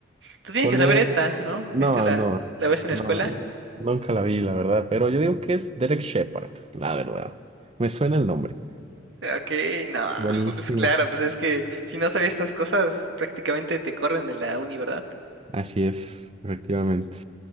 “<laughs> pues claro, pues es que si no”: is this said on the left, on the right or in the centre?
Right